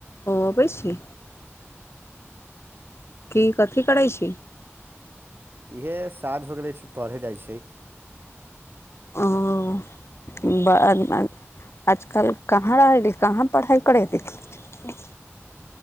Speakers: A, on the left (about 60°); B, on the right (about 45°).
A: ओ अबै छी की कथी करै छी
B: इएह साँझ हो गेलै छै पढ़े जाइ छै
A: ओ ब आजकल कहाँ रहै रही कहाँ पढ़ाइ करै छी